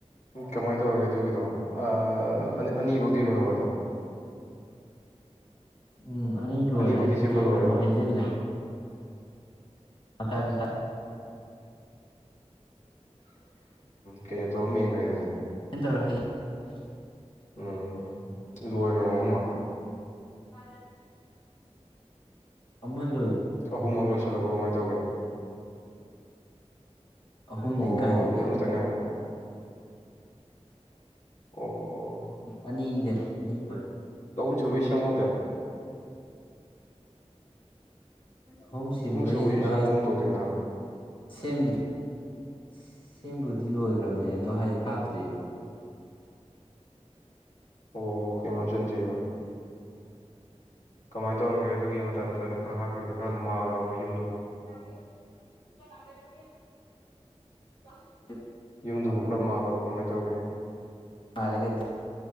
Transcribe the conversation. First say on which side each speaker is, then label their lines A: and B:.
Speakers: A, on the left (about 80°); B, on the left (about 45°).
A: ꯀꯃꯥꯏꯅ ꯇꯧꯔꯒꯦ ꯑꯗꯨꯒꯤꯗꯣ ꯑ ꯑꯅꯤ ꯐꯧꯗꯤ ꯂꯣꯏꯍꯧꯔꯗꯥꯏ
B: ꯎꯝ ꯑꯅꯤ ꯂꯣꯏꯔꯦ
A: ꯑꯅꯤꯐꯧꯗꯤ
B: ꯑꯗꯣ
A: ꯁꯦꯝꯕ ꯂꯣꯏꯔꯗ
B: ꯀꯩꯅꯣ ꯍꯩꯖꯤꯜꯂꯦ ꯃꯇꯥꯏ ꯃꯇꯥꯏ
A: ꯀꯩꯅ ꯇꯧꯔꯒ ꯃꯦꯟ ꯈꯔ꯭ꯦ ꯑꯗꯨꯗꯤ
B: ꯀꯃꯥꯏꯅ ꯇꯧꯔꯒ ꯍꯩ <unintelligible>
A: ꯎꯝ ꯂꯣꯏꯈ꯭ꯔꯕ ꯑꯍꯨꯝꯃꯛ
B: ꯑ <unintelligible> ꯑꯃ ꯂꯣꯏ
A: ꯑꯍꯨꯝꯃꯛ ꯂꯣꯏꯁꯟ ꯁꯜꯂꯕꯣ ꯀꯃꯥꯏꯅ ꯇꯧꯒꯦ
B: ꯑꯍꯨꯝꯗꯤ
A: ꯑꯣ
B: ꯀꯥꯏꯗꯒꯤ
A: ꯑꯗꯨꯗꯤ ꯑꯃꯇ ꯉꯥꯏꯔꯦ ꯑꯣ
B: ꯑꯅꯤꯅꯤꯒꯅꯤ ꯑꯅꯤ ꯇ ꯑꯣꯏꯔꯦ
A: ꯖꯨꯕꯤꯁ ꯁꯦꯝꯍꯧꯗꯦ
B: ꯐꯥꯃꯨꯡ ꯁꯦꯝꯕꯩ
A: ꯑꯍꯨꯝ ꯁꯨꯕꯩꯁꯨ ꯁꯦꯝꯍꯧꯒꯨꯝ
B: ꯑꯁ
A: ꯇꯧꯗꯣꯏꯅꯤꯅ
B: ꯁꯦꯝꯗ꯭꯭ꯔꯔꯤ ꯁꯦꯝꯕꯨꯗꯤ ꯂꯣꯏꯒꯔꯥꯕꯅꯦ ꯑꯗꯣ ꯍꯥꯏꯗꯤ ꯍꯥꯠꯇ꯭ꯔꯤꯕ
A: ꯑꯣ ꯑꯣ ꯀꯩꯌꯤꯝ ꯍꯥꯞꯆꯤꯟꯗ꯭ꯔꯤꯕ ꯀꯃꯥꯏꯅ ꯇꯧꯔꯒꯦ ꯑꯗꯨꯒꯤ ꯃꯇꯥꯏ ꯃꯇꯥꯏꯗ ꯈꯔ ꯍꯥꯞꯄꯤꯕꯗꯣ ꯈꯔ ꯃꯥꯜꯂꯕ ꯌꯨꯝꯗ
B: <inaudible> <inaudible> <unintelligible>
A: ꯌꯨꯝꯗꯨꯕꯨ ꯈꯔ ꯃꯥꯜꯂꯕ ꯀꯃꯥꯏꯅ ꯇꯧꯒꯦ
B: ꯃꯥꯂꯦ ꯀꯩꯅ